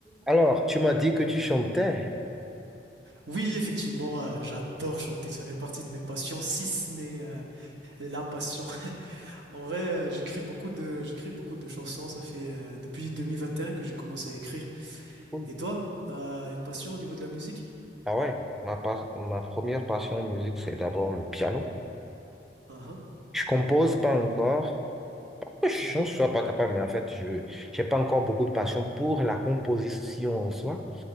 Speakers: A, in the centre; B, on the right.
A: Alors, tu m'as dit que tu chantais.
B: Oui, effectivement, euh, j'adore chanter, ça fait partie de mes passions, si ce n'est euh, la passion. <laughs> En vrai, euh, j'écris beaucoup de, j'écris beaucoup de chansons, ça fait euh, depuis 2021 que j'ai commencé à écrire.
A: Cool.
B: Et toi, t'as une passion au niveau de la musique?
A: Ah ouais, ma, pas- ma première passion en musique, c'est d'abord le piano.
B: Ah, ah,
A: Je compose pas encore. que Je
B: mhm.
A: ne sois pas capable, mais en fait, je n'ai pas encore beaucoup de passion pour la composition en soi.